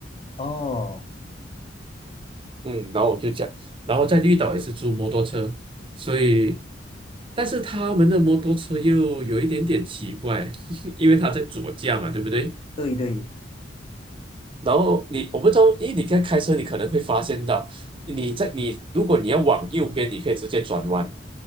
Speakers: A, on the left; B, on the right.
A: 哦，
B: 嗯，然后我就讲，然后在绿岛也是租摩托车，所以，但是他们的摩托车又有一点点奇怪，<laughs> 因为他在左驾嘛，对不对？
A: 对对，
B: 然后你我不知道，因为你在开车，你可能会发现到，你在你如果你要往右边，你可以直接转弯，